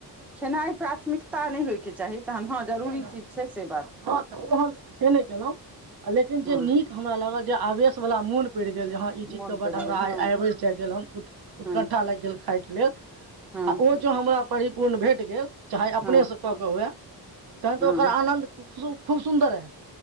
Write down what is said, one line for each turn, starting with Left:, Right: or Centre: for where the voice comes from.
Centre: खेनाइ प्राथमिकता नहि होइ छै। के चाही। तहन हँ जरूरी
Right: हँ
Centre: चीज छै से बात
Right: त ओ हम से नहि केलहुँ लेकिन जे
Centre: हँ
Right: नीक हमरा लागल। आवेश वला मून पर। पि गेल जे ह ई चीज
Centre: मोन
Right: के बड
Centre: पड़ि
Right: हमरा
Centre: गेल हँ
Right: आबे गेल उतकंठा
Centre: हँ
Right: लागि गेल खाायके। नहि।
Centre: हँ
Right: आ ओ जो हमरा परिपूर्ण भेट गेल चाहे अपने
Centre: हँ
Right: से कऽ के हुए। त तऽ
Centre: हँ
Right: ओकर आनन्द खू। खूब सुन्दर ह।